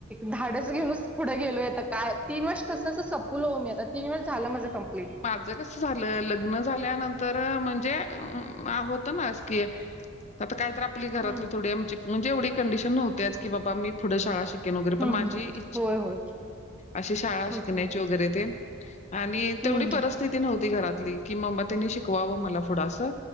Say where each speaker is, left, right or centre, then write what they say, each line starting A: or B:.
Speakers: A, in the centre; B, on the left.
A: धाडच घेऊनच पुढं गेलोय आता काय तीन वर्ष तसच सपूवलो मी आता तीन वेळ झालं माझं कंप्लीट.
B: माझ कस झालं लग्न झाल्यानंतर म्हणजे आ होत नासकी. आता काय तर आप आपली घरातली
A: हम्म.
B: थोडी आमची म्हणजे एवढी कंडिशन न्हवत्याच की बाबा मी पुढं शाळा शिकेन वगैरे पण
A: हम्म
B: माजी
A: हम्म
B: ई
A: होय होय.
B: अशी शाळा
A: होते
B: शिकण्याची वगैरे तेन आणि
A: हम्म
B: तेवढी परी
A: हम्म
B: स्तिथी नव्हती घरातली कि मांबा तेनी शिकवावं मला पुढं असं